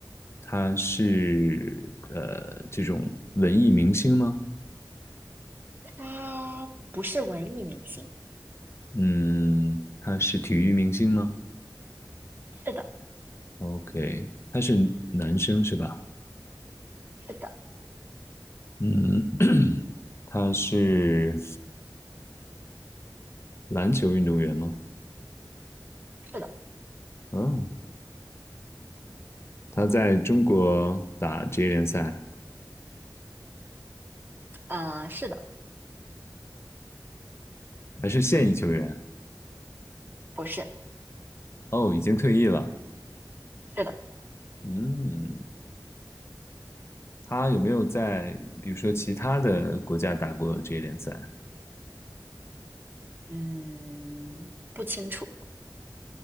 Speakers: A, on the left (about 35°); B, on the right (about 25°).
A: 他是呃这种文艺明星吗？
B: 他不是文艺明星。
A: 嗯，他是体育明星吗
B: 是的，
A: ？OK，他是男生是吧？
B: 是的，
A: 嗯，<clears throat> 他是篮球运动员吗？
B: 是的，
A: 嗯，他在中国打职业联赛，
B: 呃，是的，
A: 还是现役球员？
B: 不是，
A: 哦，已经退役了。
B: 是的，
A: 嗯，他有没有在比如说其他的国家打过职业联赛？
B: 嗯，不清楚。